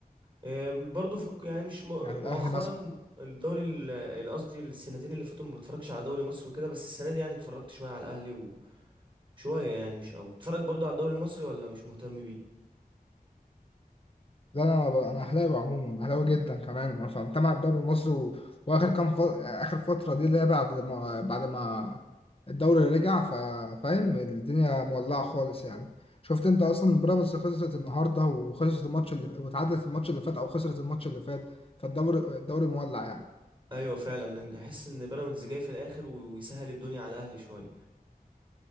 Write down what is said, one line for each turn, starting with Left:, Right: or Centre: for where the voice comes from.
Right: آه، برضو في الك- يعني مش م-
Left: يعني الاهلي
Right: مؤخرا
Left: مثلا
Right: الدوري ال- ال- قصدي السنتين اللي فاتوا ما بتفرجش على دوري مصر وكده بس السنه دي يعني اتفرجت شويه على الاهلي و- وشويه يعني مش قوي اتفرج برضو على الدوري المصري ولا مش مهتم بيه
Left: لا انا انا اهلاوي عموما اهلاوي جدا كمان عشان تابع الدوري المصري و... واخر كام ف... اخر فتره دي اللي هي بعد ما بعد ما الدوري رجع ف... فاهم الدنيا مولعه خالص يعني شفت انت اصلا بيراميدز خسرت النهارده وخسرت الماتش اللي وتعادلت الماتش اللي فات او خسرت الماتش اللي فات فالدوري الدوري مولع يعني
Right: ايوه فعلا احس ان بيراميدز جاي في الاخر و- ويسهل الدنيا على الاهلي شويه